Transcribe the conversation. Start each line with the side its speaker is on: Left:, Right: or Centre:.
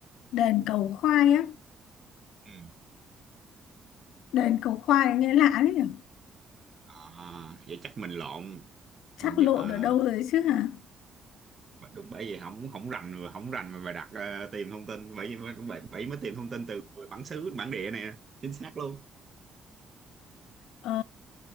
Left: Đền cầu khoai á
Right: Ừ.
Left: Đền cầu khoai nghe lạ đấy nhỉ
Right: à, vậy chắc mình lộn
Left: Chắc
Right: mình
Left: lộn
Right: như à,
Left: ở đâu rồi chứ hả
Right: mà đúng bởi vì không không rành mà không rành mà phải đặt ờ, tìm thông tin bởi vì mới- bởi, bởi mới tìm thông tin từ người bản xứ bản địa này chính xác luôn
Left: ờ,